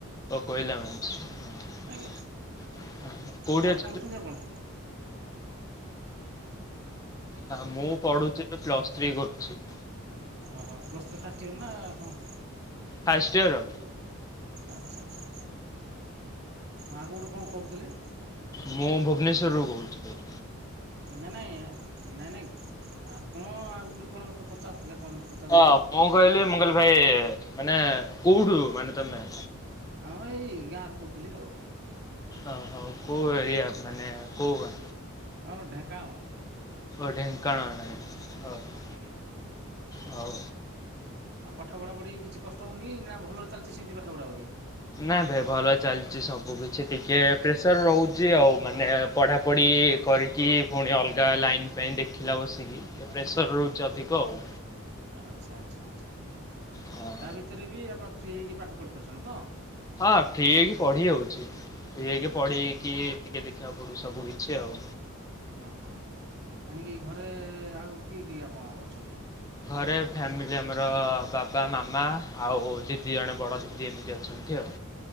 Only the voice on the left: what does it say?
ଓହୋ <inaudible> <unintelligible>
ଅଛନ୍ତି?
ହଁ ମୁଁ ପଢୁଛି ଏବେ ପ୍ଲସ୍ ଥ୍ରୀ କରୁଛି।
ଫାଷ୍ଟ ଇୟର।
ମୁଁ ଭୁବନେଶ୍ୱରରୁ କହୁଥିଲି।
ହଁ ମୁଁ କହିଲି ମୁଁ କହିଲି ଭାଇ ମାନେ କୋଉଠୁ ମାନେ ତମେ?
ଓହୋ କୋଉ ଏରିଆ ମାନେ କୋଉ ଗାଁ?
ଓ ଢେଙ୍କାନାଳରେ ଓହୋ।
ହଉ।
ନା ରେ ଭଲ ଚାଲିଛି ସବୁ କିିଛି ଟିକେ ପ୍ରେସର ରହୁଛି ଆଉ ମାନେ ପଢ଼ାପଢ଼ି। କରିକି ପୁଣି ଅଲଗା ଲାଇନ୍ ପାଇଁ ଦେଖିଲା ବସିକି ଟିକେ ପ୍ରେସର ରହୁଛି ଅଧିକ ଆଉ।
ହଁ
ହଁ ଫ୍ରି ହେଇକି ପଢି ହଉଛି ଫ୍ରି ହେଇକି ପଢିକି ଟିକେ ଦେଖିବାକୁ ପଢୁବାକୁ ସବୁକିଛି ଆଉ।
ଘରେ ଫ୍ୟାମିଲି ଆମର ବାବା ମାମା ଆଉ ଦିଦି ଜଣେ ବଡ ଦିଦି ଏମିତି ଅଛନ୍ତି ଆଉ।